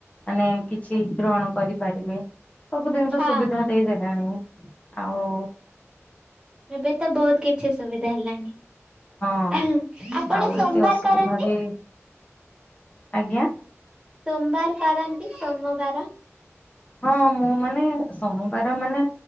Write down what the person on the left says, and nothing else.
ମାନେ କିଛି ଗ୍ରହଣ କରିପାରିବେ। ସବୁ ଜିନିଷ
ସୁବିଧା
ଦେଇ ଦେଲାଣି ଆଉ।
ହଁ।
ଆଉ
ଏତେ ଅସୁବିଧା
ବି ଆଜ୍ଞା।
ହଁ ମୁଁ ମାନେ ସୋମବାର ମାନେ